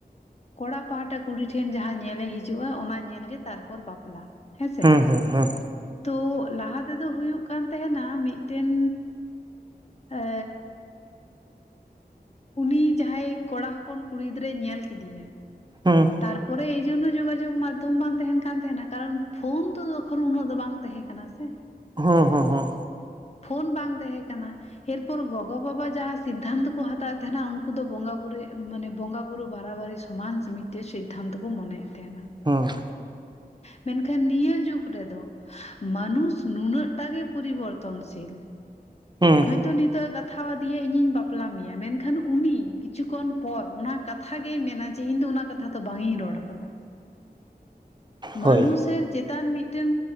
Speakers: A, on the left; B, on the right.
A: ᱠᱚᱲᱟ ᱯᱟᱦᱟᱴᱟ ᱠᱩᱲᱤ ᱴᱷᱮᱱ ᱡᱟᱦᱟᱸ ᱧᱮᱞᱮ ᱦᱤᱡᱩᱜᱼᱟ ᱚᱱᱟ ᱧᱮᱞᱜᱮ ᱛᱟᱨᱯᱚᱨ ᱵᱟᱯᱞᱟ᱾ ᱦᱮᱸᱥᱮ
B: ᱦᱩᱸ ᱦᱩᱸ ᱦᱩᱸ᱾
A: ᱛᱚ ᱞᱟᱦᱟ ᱛᱮᱫᱚ ᱦᱩᱭᱩᱜ ᱠᱟᱱ ᱛᱟᱦᱮᱱᱟ ᱢᱤᱫᱴᱮᱱ ᱮ ᱩᱱᱤ ᱡᱟᱦᱟᱸᱭ ᱠᱚᱲᱟ ᱦᱚᱯᱚᱱ ᱠᱩᱲᱤ ᱜᱤᱫᱽᱨᱟᱹᱭ ᱧᱮᱞ ᱠᱮᱫᱮᱭᱟ᱾
B: ᱦᱩᱸ,
A: ᱛᱟᱨᱯᱚᱨᱮ ᱮᱭ ᱡᱚᱱᱱᱚ ᱡᱳᱜᱟᱡᱳᱜ ᱢᱟᱫᱽᱫᱷᱚᱢ ᱵᱟᱝ ᱛᱟᱦᱮᱱ ᱠᱟᱱ ᱛᱟᱦᱮᱸᱱᱟ ᱠᱟᱨᱚᱱ ᱯᱷᱳᱱ ᱛᱚ ᱛᱚᱠᱷᱚᱱ ᱩᱱᱟᱹᱜ ᱫᱚ ᱵᱟᱝ ᱛᱟᱦᱮᱸ ᱠᱟᱱᱟ ᱥᱮ?
B: ᱦᱩᱸ ᱦᱩᱸ ᱦᱩᱸ᱾
A: ᱯᱷᱳᱱ ᱵᱟᱝ ᱛᱟᱦᱮᱸ ᱠᱟᱱᱟ ᱮᱨᱯᱚᱨ ᱜᱚᱜᱚ ᱵᱟᱵᱟ ᱡᱟᱦᱟᱸ, ᱥᱤᱫᱫᱷᱟᱱᱛᱚ ᱠᱚ ᱦᱟᱛᱟᱣᱮᱫ ᱛᱟᱦᱮᱱᱟ ᱩᱱᱠᱩ ᱫᱚ ᱵᱚᱸᱜᱟ ᱵᱩᱨᱩ ᱢᱟᱱᱮ ᱵᱚᱸᱜᱟ ᱵᱩᱨᱩ ᱵᱟᱨᱟᱵᱟᱨᱤ ᱥᱚᱢᱟᱱ ᱢᱤᱫᱴᱮᱱ ᱥᱤᱫ ᱫᱷᱟᱱᱛᱚᱠᱚ ᱠᱚ ᱢᱚᱱᱮᱭᱮᱫ ᱛᱟᱦᱮᱱᱟ᱾
B: ᱦᱩᱸ᱾
A: ᱢᱮᱱᱠᱷᱟᱱ ᱱᱤᱭᱟᱹ ᱡᱩᱜᱽ ᱨᱮᱫᱚ ᱢᱟᱱᱩᱥ ᱱᱩᱱᱟᱹᱜ ᱴᱟ ᱜᱮ ᱯᱚᱨᱤᱵᱚᱨ ᱛᱚᱱᱥᱤᱞ
B: ᱦᱩᱸ᱾
A: ᱦᱚᱭᱛᱳ ᱱᱤᱛᱳᱜ-ᱮ ᱠᱟᱛᱷᱟᱣᱟᱫᱮᱭᱟ ᱤᱧᱤᱧ ᱵᱟᱯᱞᱟ ᱢᱮᱭᱟ ᱢᱮᱱᱠᱷᱟᱱ ᱩᱱᱤ ᱠᱤᱪᱷᱩ ᱠᱷᱚᱱ ᱯᱚᱨ ᱚᱱᱟ ᱠᱟᱛ ᱠᱟᱛᱷᱟ ᱜᱮᱭ ᱢᱮᱱᱟ ᱡᱮ ᱤᱧ ᱫᱚ ᱚᱱᱟ ᱠᱟᱛᱷᱟ ᱫᱚ ᱵᱟᱝᱤᱧ ᱨᱚᱲ ᱠᱟᱫᱟ᱾
B: ᱦᱳᱭ
A: ᱢᱟᱱᱩᱥᱮᱨ ᱪᱮᱛᱟᱱ ᱢᱤᱫᱴᱮᱱ